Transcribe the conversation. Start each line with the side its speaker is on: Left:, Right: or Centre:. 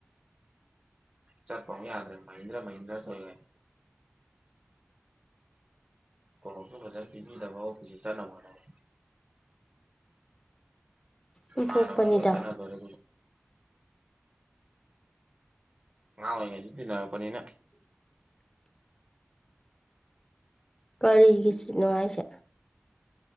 Right: ꯆꯠꯄꯥꯎ ꯑꯃꯨꯛ ꯌꯥꯗ꯭ꯔꯦ ꯃꯍꯤꯟꯗ꯭ꯔꯥ ꯃꯍꯤꯟꯗ꯭ꯔꯥ ꯇꯧꯋꯤꯉꯩꯗ ꯀꯣꯂꯣꯞꯁꯨ ꯐꯖꯅ ꯄꯤꯕꯤꯗꯕ ꯑꯣꯐꯤꯁꯁꯨ ꯆꯠꯅꯕ ꯍꯣꯠꯅꯕ
Left: ꯑꯣꯟꯊꯣꯛꯄꯅꯤꯗ
Right: ꯏꯃꯥꯟꯅꯕ ꯂꯣꯏꯅ ꯆꯠꯅꯗꯣꯔꯦ ꯑꯉꯥꯡ ꯑꯣꯏꯔꯤꯉꯩꯗꯩ ꯇꯤꯟꯅꯔꯛꯄꯅꯤꯅ
Left: <inaudible> ꯀꯔꯤꯒꯤ ꯁꯤꯠꯅꯣ ꯍꯥꯏꯁꯦ